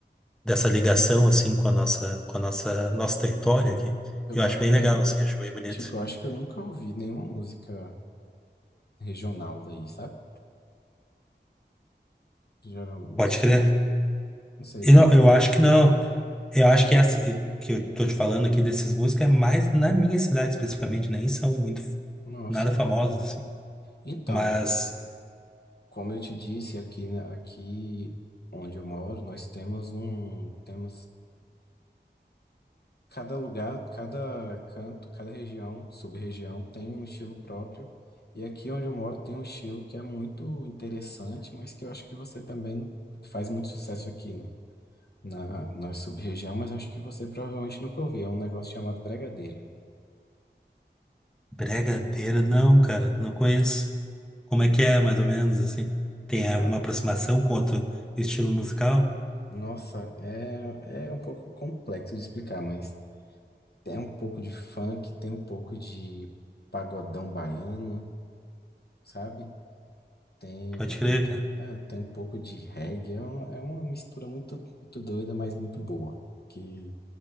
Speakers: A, in the centre; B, on the left.
A: dessa ligação assim com a nossa com a nossa nosso território aqui.
B: eu
A: Eu
B: boto
A: acho bem
B: fé.
A: legal assim, acho bem bonito.
B: Tipo, eu acho que eu nunca ouvi nenhuma música regional daí, sabe? Geralmente,
A: Pode
B: não sei,
A: crer.
B: não sei,
A: E
B: deve...
A: não, eu acho que não. Eu acho que essa que eu tô te falando aqui desses músicos é mais na minha cidade especificamente, nem são muito
B: Nossa.
A: nada famosos assim.
B: Então,
A: Mas
B: como eu te disse, aqui, né, aqui onde eu moro, nós temos um... Temos cada lugar, cada canto, cada região, sub-região tem um estilo próprio. E aqui onde eu moro tem um estilo que é muito interessante, mas que eu acho que você também faz muito sucesso aqui na, na, na sub-região, mas acho que você provavelmente nunca ouviu. É um negócio chamado bregadeira.
A: Bregadeiro
B: Conhece?
A: não, cara, não conheço. Como é que é, mais ou menos assim? Tem
B: Cara,
A: alguma aproximação com outro estilo musical?
B: nossa, é, é um pouco complexo de explicar, mas tem um pouco de funk, tem um pouco de pagodão baiano, sabe? Tem,
A: Pode crer, cara.
B: é, tem um pouco de reggae, é uma, é uma mistura muito, muito doida, mas muito boa, que